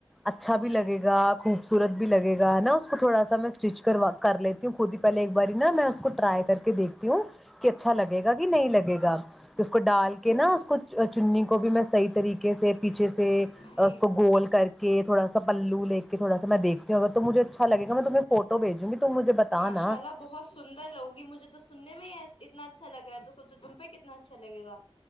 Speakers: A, in the centre; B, on the left.
A: اچھا
B: جی
A: بھی لگے گا <unintelligible> خوبصورت بھی لگے گا ہے نا اس کو تھوڑا سا میں اسٹچ کروا کر لیتی ہوں خود ہی پہلے ایک باری نا میں اس کو ٹرائی کر کے دیکھتی ہوں <unintelligible> کہ اچھا لگے گا کہ نہیں لگے گا <unintelligible> اس کو ڈال کے
B: ہوں
A: نا اس کو چنی کو بھی میں صحیح طریقے سے پیچھے سے
B: جی
A: اس کو گول کر کے <unintelligible> کہ تھوڑا سا پلو لے کے تھوڑا سا میں دھتی <inaudible> اگر مجھے اچھا لگے گا میں تمہیں فوٹو بھیجوں گی تم مجھے بت
B: ماشاء
A: نا
B: اللہ
A: <inaudible>
B: بہت سندر لگوگی مجھے تو سننے میں ہی اتنا اچھا لگ رہا تو سوچو تم پہ کتنا اچھا لگے <inaudible>